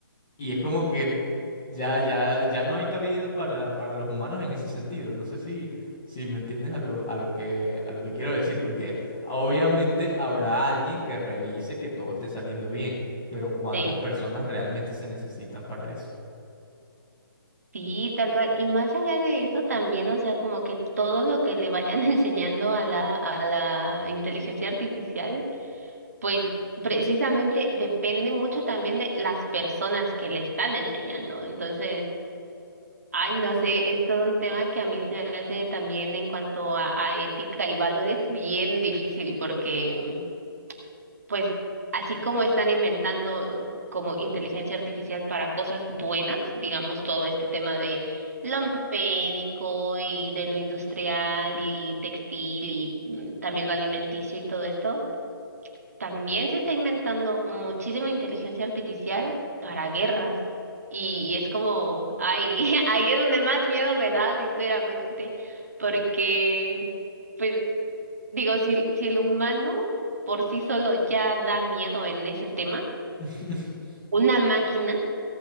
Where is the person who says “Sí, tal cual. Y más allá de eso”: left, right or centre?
Right